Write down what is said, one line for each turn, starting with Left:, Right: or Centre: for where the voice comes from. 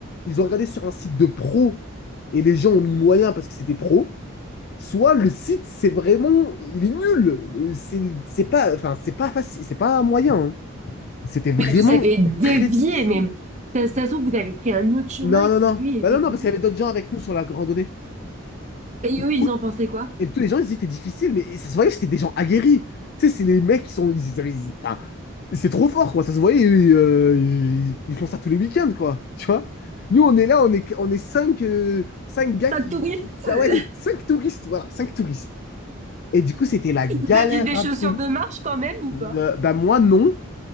Left: ils ont regardé sur un site de pro et les gens ont mis moyen parce que c'était pro, soit le site, c'est vraiment, il est nul. Euh, C'est, c'est pas, enfin, c'est pas facile, c'est pas moyen. hein. C'était vraiment
Right: Mais vous avez dévié
Left: très difficile.
Right: même. Ça, ça se trouve, vous avez pris un autre chemin
Left: Non, non,
Right: qui,
Left: non.
Right: lui, était
Left: Bah non,
Right: difficile.
Left: non, parce qu'il y avait d'autres gens avec nous sur la randonnée.
Right: Et
Left: Et,
Right: eux, ils
Left: tout-
Right: en pensaient quoi?
Left: et tous les gens, ils disaient que c'était difficile, mais ça se voyait que c'était des gens aguerris. Tu sais, c'est les mecs qui sont, ils, ils avaient- ils- enfin, c'est trop fort, quoi. Ça se voyait, ils, euh, ils- ils font ça tous les week-ends, quoi. Tu vois? Nous, on est là, on est, on est cinq, euh, cinq gars
Right: Pas
Left: qui.
Right: de touristes? <laughs>
Left: Ah ouais, des- cinq touristes, voilà, cinq touristes. Et du coup, c'était la galère
Right: Vous aviez des
Left: absolue.
Right: chaussures de marche quand même ou
Left: Euh,
Right: pas?
Left: bah moi non.